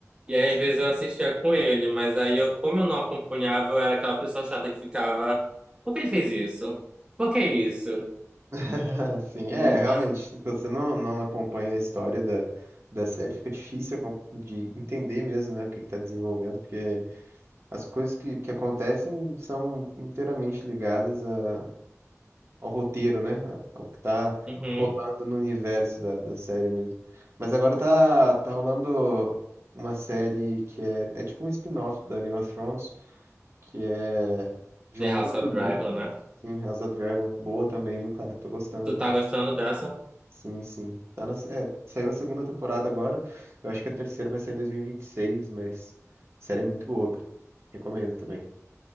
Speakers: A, on the right (about 20°); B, on the right (about 55°).
A: E aí, às vezes eu assistia com ele, mas aí eu, como eu não acompanhava, eu era aquela pessoa chata que ficava, por que ele fez isso? Por que isso?
B: <laughs> Sim, é,
A: Hum,
B: realmente. Se você não, não acompanha a história da, da série, fica difícil acom- de entender mesmo, né, o que que tá desenvolvendo, porque. As coisas que, que acontecem são inteiramente ligadas a- ao roteiro, né? A- Ao que tá
A: Uhum.
B: rolando no universo da, da série mesmo. Mas agora tá, tá rolando uma série que é, é tipo um spin-off da Game of Thrones, que é de
A: The
B: um
A: House
B: outro
A: of
B: livro,
A: Dragon, né?
B: sim, House of Dragon. Boa também, viu, cara? Tô gostando.
A: Tu tá gostando dessa?
B: Sim, sim. Tá na, é, saiu a segunda temporada agora. Eu acho que a terceira vai sair em 2026, mas a série é muito boa, cara. Recomendo também.